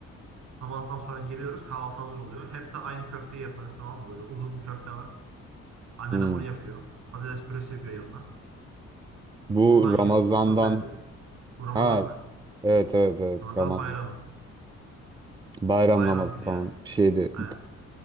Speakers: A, on the right; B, on the right.
A: Namazdan sonra geliyoruz kahvaltı hazır oluyor. Hep de aynı köfteyi yaparız tamam mı böyle uzun bir köfte var. Anneannem
B: Hmm.
A: onu yapıyor. Patates püresi yapıyor yanına.
B: Bu
A: Ondan yiyorsun.
B: Ramazan'dan
A: Sohbet ediyor. Bu Ramazan
B: ha
A: bayramı.
B: evet evet evet
A: Ramazan
B: Ramazan.
A: bayramı.
B: Bayram
A: Bayram
B: namazı
A: günü
B: tamam
A: yani.
B: şeydi.
A: Aynen.